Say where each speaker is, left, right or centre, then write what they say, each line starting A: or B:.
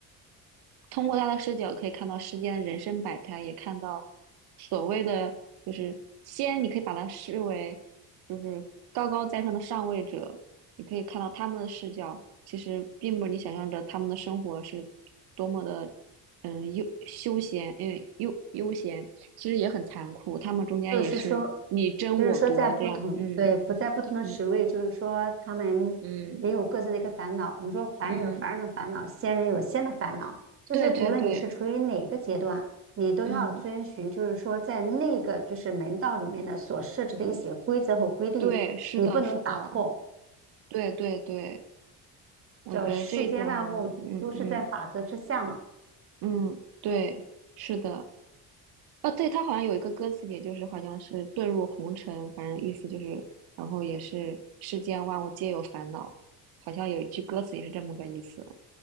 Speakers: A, on the right; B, on the right.
A: 通过他的视角可以看到世间的人生百态，也看到所谓的就是仙，你可以把它视为就是高高在上的上位者，你可以看到他们的视角，其实并不是你想象着他们的生活是多么的嗯悠休闲，嗯，悠悠闲，其实也很残酷，他们中间也是你争我夺这样，
B: 就是说，就是说，在不同，
A: 嗯
B: 对，不在不同的职位，
A: 嗯
B: 就是说，他们也有各自的一个烦恼。
A: 嗯
B: 你说凡人有凡人的烦恼，
A: 嗯，
B: 仙人有仙的烦恼，就是不论你是处于哪个阶段，
A: 对对对，
B: 你都要遵循，
A: 嗯
B: 就是说，在那个就是门道里面的所设置的一些规则和规定，
A: 对，是的是的，
B: 你不能打破。
A: 对对对。我觉得这一点还蛮，
B: 叫世间万物都是在法则之下嘛。
A: 嗯嗯嗯，对，是的，哦，对，他好像有一个歌词，也就是好像是遁入红尘，反正意思就是，然后也是世间万物皆有烦恼，好像有一句歌词也是这么个意思。